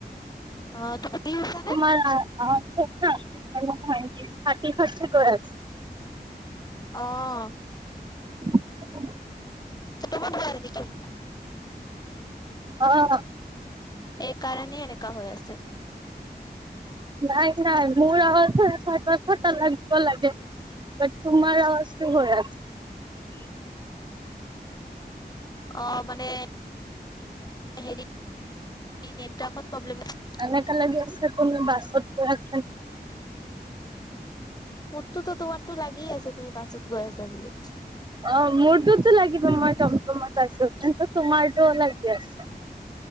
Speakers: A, on the left (about 25°); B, on the right (about 30°).
A: অঁ তুমি বিহু <unintelligible>
B: তোমাৰ আৱাজটো না মানে ভইচটো ফাটি ফাটি গৈ আছে।
A: অঁ।
B: <inaudible>
A: <unintelligible>
B: অঁ
A: এই কাৰণে এনেকা হৈ আছে।
B: নাই নাই মোৰ অৱজটোহে ফাটা ফাটা লাগিব লাগে। বাট তোমাৰ আৱাজটো হৈ আছে।
A: অ' মানে, হেৰি নেটৰ্কৰ প্ৰব্লেম দিছে।
B: এনেকুৱা লাগি আছে কোনো বাছত গৈ আছে।
A: মোৰটোতো তোমাৰতো লাগিয়ে আছে তুমি বাছত গৈ আছা বুলি।
B: অ' মোৰতোতো লাগিব মই টমটমত আছো। কিন্তু তোমাৰটো লাগি আছে।